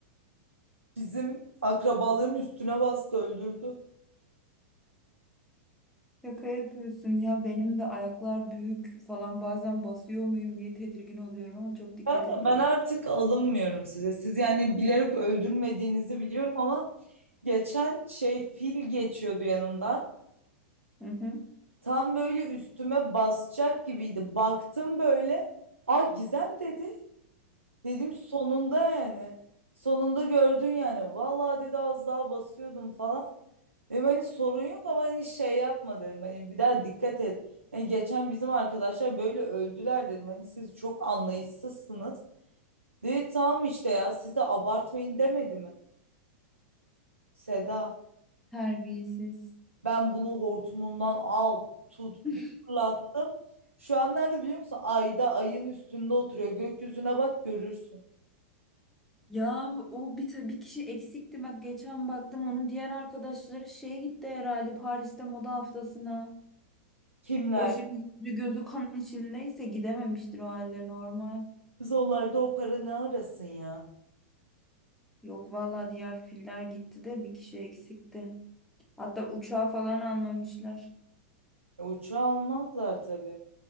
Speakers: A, on the right (about 85°); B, in the centre.
A: Bizim akrabaların üstüne bastı öldürdü.
B: Şaka yapıyorsun ya benim de ayaklar büyük falan bazen basıyor muyum diye tedirgin oluyorum ama çok dikkat
A: Kanka
B: ediyorum.
A: ben artık alınmıyorum size. Siz yani bilerek öldürmediğinizi biliyorum ama geçen şey fil geçiyordu yanımdan.
B: Hı hı.
A: Tam böyle üstüme basacak gibiydi. Baktım böyle. Ah Gizem dedi. Dedim sonunda yani. Sonunda gördün yani. Vallahi dedi az daha basıyordum falan. Dedim hani sorun yok ama hani şey yapma dedim. Hani bir daha dikkat et. Hani geçen bizim arkadaşlar böyle öldüler dedim. Hani siz çok anlayışsızsınız. Dedi tamam işte ya siz de abartmayın demedi mi? Seda
B: Terbiyesiz.
A: ben bunu hortumundan al tut
B: <laughs>
A: bir fırlattım. Şu an nerede biliyor musun? Ayda ayın üstünde oturuyor. Gökyüzüne bak görürsün.
B: Ya o bir ta- bir kişi eksikti bak geçen baktım onun diğer arkadaşları şeye gitti herhalde Paris'te moda haftasına.
A: Kimler?
B: O şimdi yüzü gözü kan içindeyse gidememiştir o halde normal.
A: Kız onlarda o para ne arasın ya?
B: Yok valla diğer filler gitti de bir kişi eksikti. Hatta uçağı falan almamışlar.
A: E, uçağı almazlar tabii.